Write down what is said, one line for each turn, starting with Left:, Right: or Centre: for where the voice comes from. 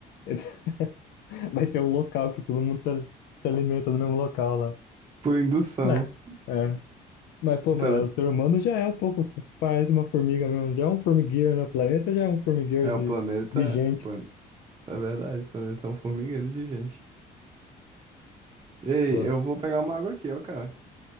Left: <laughs> vai ter um local que todo mundo se se alimenta no mesmo local lá.
Right: Por indução.
Left: Mas, é, mas pô, mas
Right: Tele-
Left: o ser humano já é um pouco, parece uma formiga mesmo, já é um formigueiro no planeta, já é um formigueiro
Right: É,
Left: de,
Right: o planeta.
Left: de gente.
Right: plan- É verdade, o planeta é um formigueiro de gente. Ei,
Left: Pô,
Right: eu vou pegar uma água aqui, ó, cara.